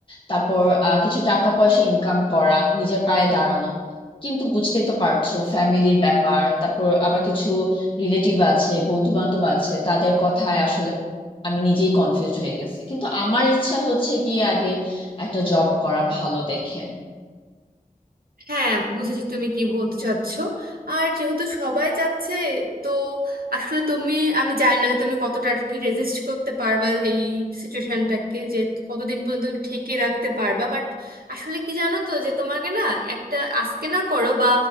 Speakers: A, on the left; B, on the right.
A: তারপর আহ, কিছু টাকা পয়সা ইনকাম করা নিজের পায়ে দাঁড়ানো কিন্তু বুঝতে তো পারছো ফ্যামিলির ব্যাপার তারপর আবার কিছু রিলেটিভ আছে বন্ধু বান্ধব আছে তাদের কথায় আসলে আমি নিজেই কনফিউজ হয়ে গেছি কিন্তু আমার ইচ্ছা হচ্ছে কি আগে একটা জব করা ভালো দেখে
B: হ্যাঁ বুঝেছি তুমি কি বলতে চাচ্ছো আর যেহেতু সবাই যাচ্ছে তো আসলে তুমি আমি জানি না যে তুমি কতটা আর কি রেজিস্ট করতে পারবা এই সিচুয়েশনটাকে যে কতদিন পর্যন্ত তুমি ঠেকিয়ে রাখতে পারবা বাট আসলে কি জানো তো যে তোমাকে না একটা আজকে না করো বা